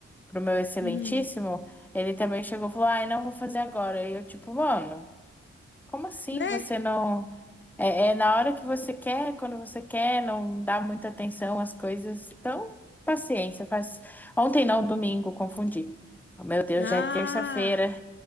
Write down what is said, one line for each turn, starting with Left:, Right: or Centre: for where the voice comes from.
Centre: pro meu excelentíssimo,
Left: Uhum.
Centre: ele também chegou e falou: Ai, não vou fazer agora. E eu, tipo, mano, como assim
Left: Né?
Centre: você não. É, é na hora que você quer, quando você quer, não dá muita atenção às coisas. Então, paciência, faz. Ontem não, domingo, confundi. Meu Deus,
Left: Ah,
Centre: já é terça-feira.